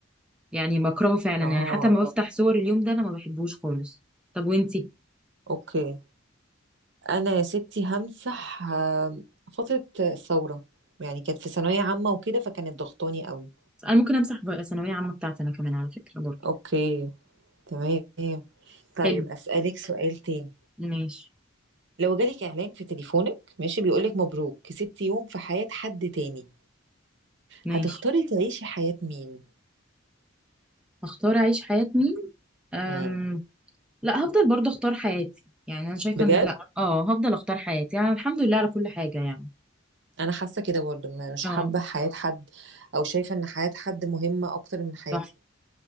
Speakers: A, in the centre; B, on the right.
A: يعني بكرهه فعلا
B: اه
A: يعني حتى ما بفتح صور اليوم ده انا ما بحبوش خالص طب وانتي
B: اوكي انا يا ستي همسح آم، فترة الثورة يعني كانت في ثانوية عامة وكده فكانت ضغطاني قوي
A: انا ممكن امسح بقى ثانويه عامه بتاعتي انا كمان على فكره برضه
B: اوكي تمام طيب
A: حلو
B: اسألك سؤال تاني
A: ماشي
B: لو جالك اعلان في تليفونك ماشي بيقولك مبروك كسبتي يوم في حياة حد تاني
A: ماشي
B: هتختاري تعيشي حياة مين
A: هختار اعيش حياه مين أم...
B: امم
A: لا هفضل برضه اختار حياتي يعني انا شايفه
B: بجد
A: ان لا اه هفضل اختار حياتي يعني الحمد لله على كل حاجه يعني
B: انا حاسه كده برضه م- مش
A: اه
B: حابه حياه حد او شايفه ان حياه حد مهمه اكتر من حياتي
A: صح